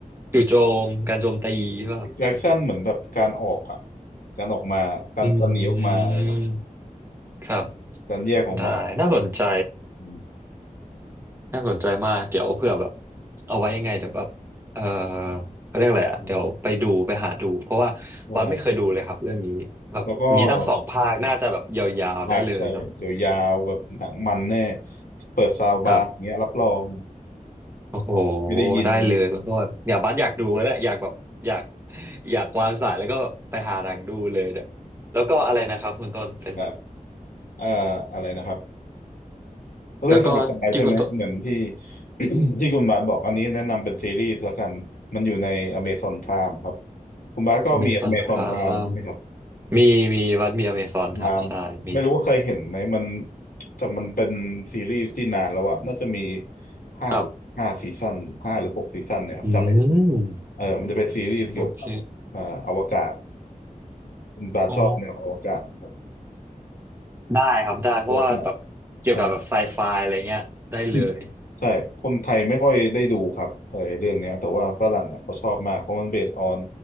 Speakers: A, on the right; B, on the left.
A: จู่โจมการโจมตีใช่ป่ะครับ
B: extraction เหมือนแบบการออกอะการออกมาการการหนีออกมาเลยครับ
A: อืมครับ
B: การแยกออกมาแบบ
A: ได้น่าสนใจ
B: อืม
A: น่าสนใจมากเดี๋ยวเผื่อแบบเอาไว้ยังไงเดี๋ยวแบบ เออเขาเรียกอะไรอ่ะเดี๋ยวไปดูไปหาดูเพราะว่าวัดไม่เคยดูเลยครับเรื่องนี้แบบมีตั้งสองภาคน่าจะแบบยาวๆได้เลยเนาะ
B: ใช่แล้วก็แบบสองภาคใช่ยาวๆแบบหนังมันแน่เปิดซาวบาร์อย่างเงี้ยรับรอง
A: ครับโอ้โห
B: ไม่ได้ยิน
A: ได้เลยคุณโทษอย่าบัสอยากดูแล้วเนี่ยอยากแบบอยากอยากวางสายแล้วก็แบบไปหารังดูเลยเดี๋ยวแล้วก็อะไรนะครับคุณต้นเป็น
B: แบบเอ่ออะไรนะครับ เรื่องสมัไฟใช่ไหม
A: แล้วก็ที่คุณต้น
B: เหมือนที่ <coughs> ที่คุณบาสบอกอันนี้แนะนำเป็นซีรีส์ละกัน มันอยู่ใน Amazon Prime ครับ คุณบาสก็มี
A: Amazon
B: Amazon
A: Prime
B: Prime ใช่ไหมครับ
A: มีมีวัดมี Amazon
B: Amazon Prime
A: ครับใช่มี
B: ไม่รู้ว่าเคยเห็นไหมมันแต่มันเป็นซีรีส์ที่นานแล้วอะน่าจะมีห้าหรือห้าซีซั่นห้าหรือหกซีซั่นเนี่ยครับจำไม่
A: ครับอืม
B: เออมันจะเป็นซีรีส์เกี่ยวกับอ่าอวกาศ
A: โอเค
B: คุณบาสชอบแนวอวกาศครับ
A: อ๋อได้ครับได้เพราะว่าแบบเกี่ยวกับแบบไซไฟอะไรเงี้ยได้เลย
B: Walkman ใช่ อืมใช่คนไทยไม่ค่อยได้ดูครับเออเรื่องเนี้ยแต่ว่าฝรั่งอ่ะเขาชอบมากเพราะมันเบสออน